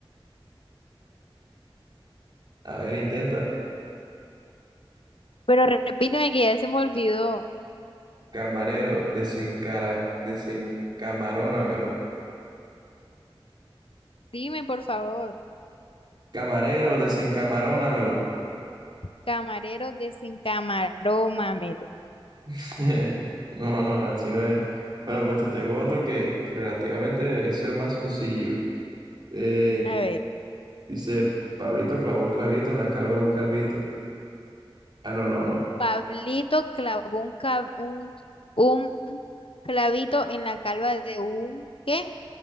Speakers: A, on the right (about 50°); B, on the left (about 75°).
A: A ver, intenta.
B: Pero repíteme que ya se me olvidó.
A: Camarero desencara, desencamarónamelo.
B: Dime, por favor.
A: Camarero desencamarónamelo.
B: Camarero desencamaró mamelo.
A: <laughs> No, no, así no es. Bueno, pues te tengo otro que, que relativamente debería ser más sencillo. Eh,
B: A ver,
A: dice, Pablito clavó un clavito en la calva de un calvito. Ah, no, no, no.
B: Pablito clavó un, ca- un, un clavito en la calva de un, ¿qué?